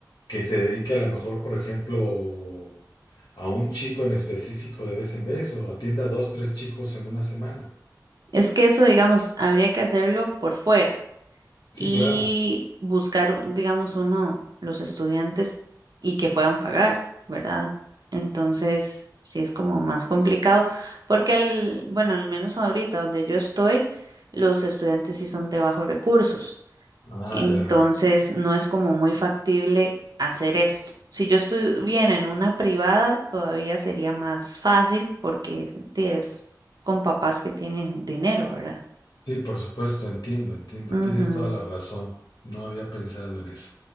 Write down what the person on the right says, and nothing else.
Es que eso, digamos, habría que hacerlo por fuera.
y
buscar, digamos, uno, los estudiantes y que puedan pagar, ¿verdad? Entonces, sí es como más complicado, porque al, bueno, al menos ahorita donde yo estoy, los estudiantes sí son de bajos recursos,
entonces
no es como muy factible hacer esto. Si yo estuviera en una privada, todavía sería más fácil porque di, es con papás que tienen dinero, ¿verdad?
Ujú,